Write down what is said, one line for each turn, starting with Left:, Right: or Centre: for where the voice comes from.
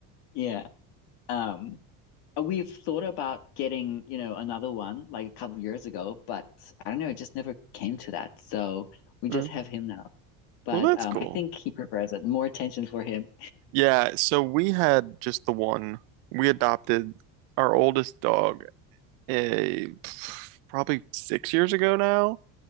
Left: yeah um we've thought about getting you know another one like a couple of years ago but I don't know it just never came to that so we
Right: Yeah.
Left: just have him now but
Right: Well, that's
Left: um,
Right: cool.
Left: I think he prefers it. More attention for him.
Right: Yeah, so we had just the one. We adopted our oldest dog a probably 6 years ago now.